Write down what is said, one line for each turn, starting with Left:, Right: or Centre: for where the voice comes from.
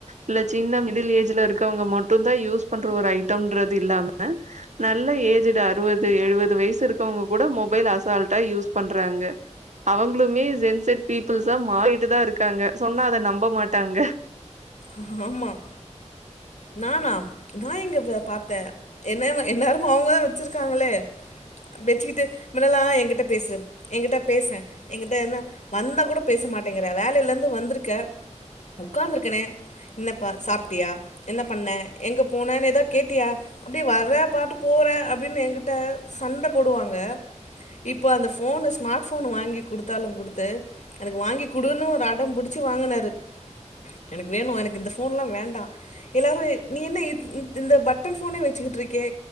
Right: இல்ல சின்ன மிடில் ஏஜ்ல இருக்கவங்க மட்டு தா யூஸ் பண்ற ஒரு ஐட்டம்ன்றது இல்லாம நல்ல ஏஜ்டு அறுபது எழுபது வயசு இருக்கவங்க கூட மொபைல் அசால்டா யூஸ் பண் பண்றாங்க அவங்களுமே சென்சட் பீப்புள்ஸா மாறிட்டு தா இருக் இருக்காங்க சொன்ன அத நம்ப மாட்டாங்க
Left: ஆமாம் ஆமாம் நானா நா எங்க பாத்த என்ன என்னேரமு அவுங்கதா வெச்சிருக்காங்களே வெச்சுக்கிட்டு மின்னலா எங்கிட்ட பேசு எங்கிட்ட பேசே எங்கிட்ட என்ன வந்தா கூட பேச மாட்டேங்கிற வேலேலருந்து வந்துருக்க உட்காந்துருக்கனே இன்னப்பா சாப்ட்டியா என்ன பண்ண எங்க போனன்னு ஏதா கேட்டியா அப்டியே வர்ர பாட்டு போற அப்டின்னு எங்கிட்ட சண்ட போடுவாங்க இப்போ அந்த ஃபோனு ஸ்மார்ட் ஃபோனு வாங்கி குடுத்தாலு குடுத்த எனக்கு வாங்கி குடுன்னு ஒரு அடம் பிடிச்சி வாங்குனாரு எனக்கு வேணு எனக்கு இந்த ஃபோன்ல்லா வேண்டா எல்லாரு நீ என்ன இ-இ-இந்த பட்டன் ஃபோனே வெச்சுட்றுக்கீயே